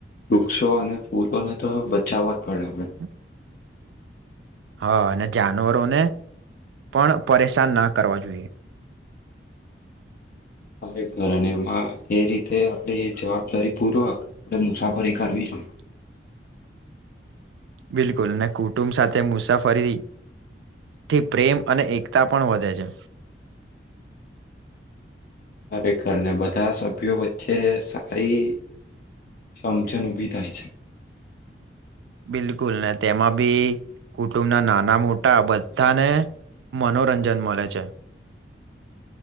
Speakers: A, on the left; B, on the right.
A: વૃક્ષો અને ફૂલોને તો બચાવાચ પડે આપળે.
B: હ. હા અને જાનવરોને પણ પરેશાન ના કરવા જોઈએ.
A: ખરેખર એમાં એ રીતે આપડી જવાબદારી પૂર્વક આપળે મુસાફરી કરવી જોઈએ.
B: <inaudible> બિલકુલ ને કુટુંબ સાથે મુસાફરી થી પ્રેમ અને એકતા પણ વધે છે.
A: ખરેખર ને બધા સભ્યો વચ્ચે સારી સમજન ઊભી થાય છે.
B: બિલકુલ ને તેમાં બી કુટુંબના નાના મોટા બઝ ધાને મનોરંજન મલે છે.